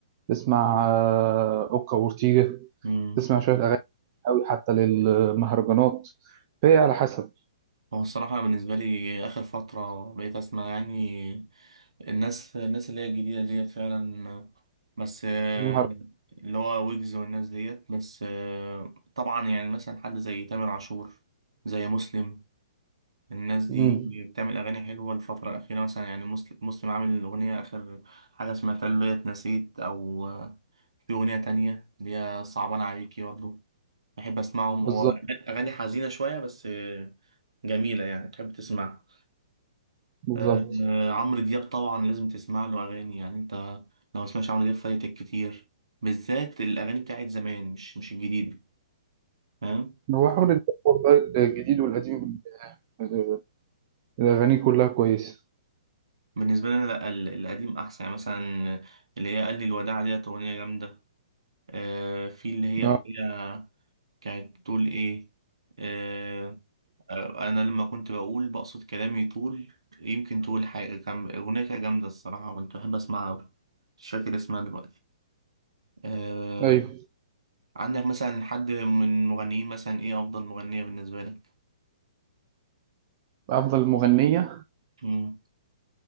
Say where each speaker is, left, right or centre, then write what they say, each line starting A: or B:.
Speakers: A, on the right; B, on the right.
A: تسمع آه، اوكا وورتيجا
B: مم.
A: تسمع شويه اغاني قوي حتى للمهرجانات فهي على حسب
B: هو الصراحة بالنسبة لي آخر فترة بقيت أسمع يعني الناس الناس اللي هي الجديدة ديت فعلا بس آه،
A: المهر...
B: اللي هو ويجز والناس ديت بس آه، طبعا يعني مثلا حد زي تامر عاشور زي مسلم الناس دي
A: مم.
B: بتعمل أغاني حلوة الفترة الأخيرة مثلا يعني مسلم مسلم عامل أغنية آخر حاجة سمعتها اللي هي اتنسيت أو آه، في أغنية تانية اللي هي صعبان عليكي برضه بحب أسمعهم
A: بالظبط
B: هو أغاني حزينة شوية بس آه، جميلة يعني تحب تسمعها
A: بالظبط
B: آه، آه، عمرو دياب طبعا لازم تسمع له اغاني يعني انت لو ما سمعتش عمرو دياب فايتك كتير بالذات الاغاني بتاعت زمان مش مش الجديده فاهم
A: هو حمو بيكا والله الجديد والقديم آه، الاغاني كلها كويسه
B: بالنسبه لي انا لا ال- القديم احسن يعني مثلا اللي هي قال لي الوداع ديت اغنيه جامده آه، في اللي هي
A: آه،
B: اغنيه كانت بتقول ايه آه، آه، انا لما كنت بقول بقصد كلامي طول يمكن تقول حاجه كان اغنيه كده جامده الصراحه كنت بحب اسمعها أوي. مش فاكر اسمها دلوقتي آه،
A: ايوه
B: عندك مثلا حد من مغنيين مثلا ايه افضل مغنية بالنسبة لك
A: افضل مغنيه
B: مم.